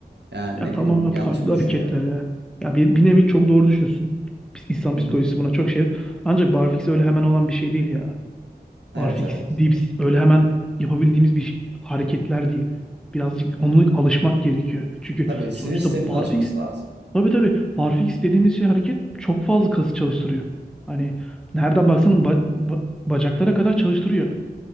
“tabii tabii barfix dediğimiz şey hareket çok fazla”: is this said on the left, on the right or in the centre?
Centre